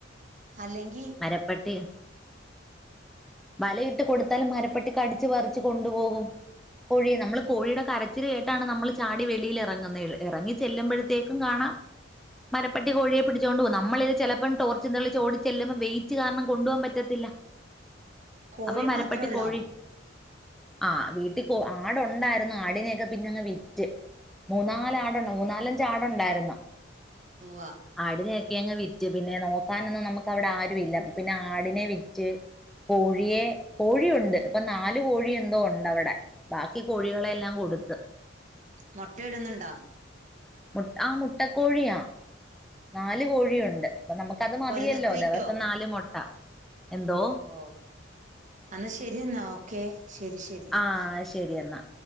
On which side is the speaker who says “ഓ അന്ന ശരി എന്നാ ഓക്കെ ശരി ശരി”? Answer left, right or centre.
Right